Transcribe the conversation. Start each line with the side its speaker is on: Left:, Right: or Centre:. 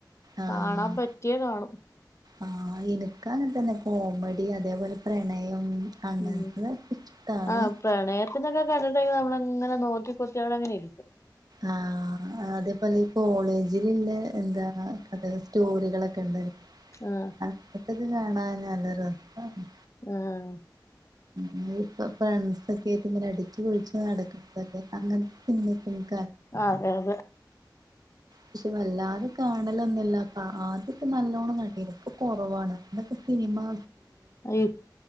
Right: ആഹ്
Left: കാണാൻ പറ്റിയ കാണും
Right: ആഹ് എനിക്കങ്ങനെ തന്നെ കോമഡി അതേപോലെ പ്രണയം അങ്ങനത്തതൊക്കെ
Left: ഉം
Right: ഇഷ്ടാണ്
Left: ആഹ് പ്രണയത്തിന്റ കര് കണ്ടിട്ട്ണ്ടെങ്കി നമ്മളങ്ങനെ നോക്കിക്കുത്തി അവിടങ്ങനെ ഇരിക്കും
Right: ആഹ് അതേപോലെ ഈ കോളേജിലിള്ള എന്താ കഥകൾ സ്റ്റോറികളക്കിണ്ട്
Left: ആ
Right: അത് അതൊക്കെ കാണാൻ നല്ല രസാണ്
Left: ആഹ്
Right: ഇന്ന് ഇപ്പ ഫ്രെണ്ട്സൊക്കേയിട്ടിങ്ങനെ അടിച്ചു പൊളിച്ച് നടക്ക്ണതൊക്കെ അങ്ങൻത്തെ സിനിമയൊക്കെ എനിക്
Left: അതെയതെ
Right: പക്ഷെ വല്ലാതെ കാണലൊന്നുല്ലപ്പാ ആദ്യൊക്കെ നല്ലോണം കണ്ടിരുന്നു ഇപ്പൊ കൊറവാണ് ഇന്നൊക്ക് സിനിമാ
Left: അയിപ്